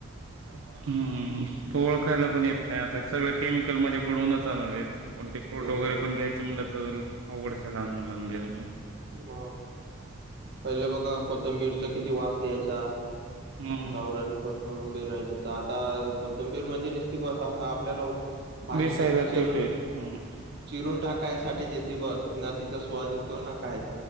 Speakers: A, on the right; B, on the right.
A: हम्म तो ओळखायला पण येत नाही आता सगळं केमिकल मध्ये बडवूनच आलावर येत कोणते प्रॉडक्ट
B: तेच
A: वगैरे
B: ना
A: पण घ्यायचं म्हटलं तर आवघडचं आहे लहान मुलांना देणं पण
B: मग पहिले बघा कोथंबीरचा किती वास यायचा
A: हम्म
B: गावरान कोथंबीर राहायची, तर आता कोथंबीर म्हणजे निसती बस अस आपल्याला भाजीत
A: दिसायला
B: नसते चिरून
A: ठेवठेवीत हम्म
B: चिरून टाक काय साठी देते बस ना तिचा स्वाद येतो ना काय